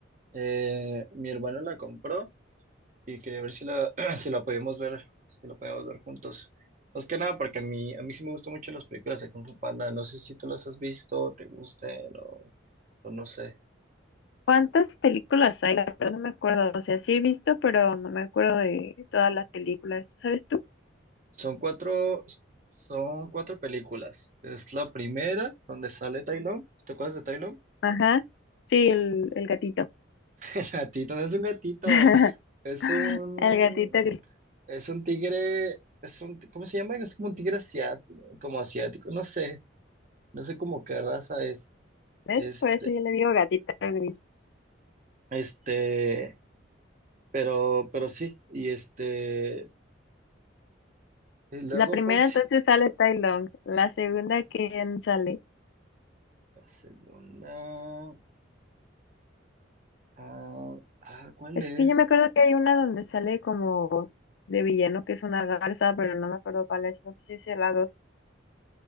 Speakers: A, on the right; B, on the left.
A: eh, mi hermano la compró y quería ver si la, <clears throat> si la podíamos ver, si la podíamos ver juntos. Más que nada porque a mí, a mí sí me gustan mucho las películas de Kung Fu Panda. No sé si tú las has visto, te gusten o, o no sé.
B: ¿Cuántas películas hay? La verdad no me acuerdo, o sea, sí he visto, pero no me acuerdo de todas las películas, ¿sabes tú?
A: Son cuatro, son cuatro películas. Es la primera donde sale Tai Lung. ¿Te acuerdas de Tai Lung?
B: Ajá, sí, el, el gatito,
A: <laughs> El gatito no es un gatito,
B: <laughs>
A: es un,
B: el gatito gris,
A: es un tigre, es un, ¿cómo se llama? Es como un tigre asiático, como asiático, no sé, no sé cómo qué raza es.
B: ¿ves?
A: Este,
B: Por eso yo le digo gatito gris.
A: este, pero, pero sí, y este, y luego,
B: La primera
A: ¿cuál?
B: entonces sale Tai Long, la segunda, ¿quién sale?
A: La segunda, ah, ah, ¿cuál
B: Es
A: es?
B: que yo me acuerdo que hay una donde sale como de villano, que es una garza, pero no me acuerdo cuál es. No sé si es el la dos